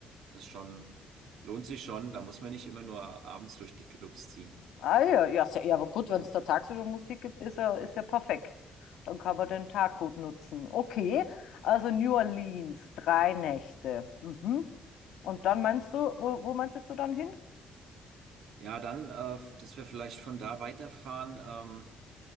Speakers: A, on the right (about 75°); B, on the left (about 80°).
A: das schon lohnt sich schon. Da muss man nicht immer nur abends durch die Clubs ziehen.
B: Ah ja, ja, sehr, ja, aber gut, wenn es da tagsüber Musik gibt, ist ja, ist ja perfekt. Dann kann man den Tag gut nutzen. Okay, also New Orleans, drei Nächte. Mhm. Und dann meinst du, wo, wo meintest du dann hin?
A: Ja, dann, äh, dass wir vielleicht von da weiterfahren, ähm,